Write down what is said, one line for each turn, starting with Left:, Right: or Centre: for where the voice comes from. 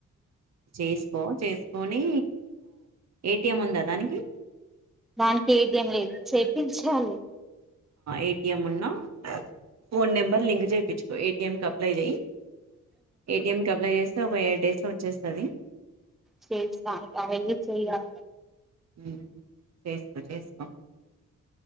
Right: చేసుకో చేసుకొని ఏటిఎం ఉందా దానికి
Centre: దానికి ఏటీఎం లేదు చేపించాలి
Right: ఏటిఎం ఉన్నా ఫోన్ నెంబర్ లింక్ చేయించుకో ఏటీఎం కి అప్లై చెయ్యి ఏటీఎం కబ ఒక ఎయిట్ డేస్ లో వచ్చేస్తది
Centre: చేస్త అవన్నీ చేయ్యాల
Right: హ్మ్ చేసుకో చేసుకో